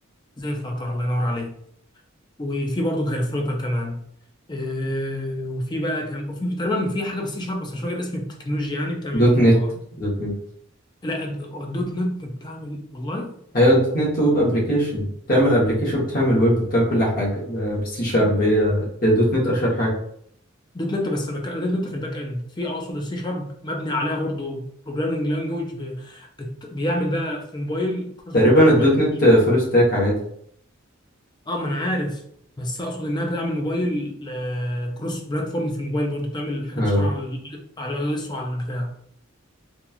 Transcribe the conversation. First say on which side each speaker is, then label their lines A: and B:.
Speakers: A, on the left; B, on the left.
A: زي الفلاتر الله ينور عليك وفي برضه غير فلوتر كمان آه، وفي بقى كم وفي تقريبا في حاجه بالسي شارب بس مش فاكر اسم التكنولوجيا يعني بتعمل
B: دوت
A: الموضوع
B: نت
A: ده
B: دوت نت
A: لا الدوت نت بتعمل والله
B: ايوه دوت نت ويب ابلكيشن بتعمل ابلكيشن بتعمل ويب بتعمل كل حاجه ب- بالسي شارب هي هي دوت نت اشهر حاجه
A: دوت نت بس البك... دوت نت في الباك اند في اقصد السي شارب مبني عليها برضه بروجرامنج لانجوج ب... بت... بيعمل بقى في موبايل كروس
B: تقريبا
A: بلاتفورم
B: الدوت
A: ابلكيشن
B: نت فول ستاك عادي
A: اه ما انا عارف بس اقصد انها بتعمل موبايل كروس بلاتفورم في الموبايل برضه بتعمل حاجات
B: اه
A: تشتغل على على الاس وعلى البتاع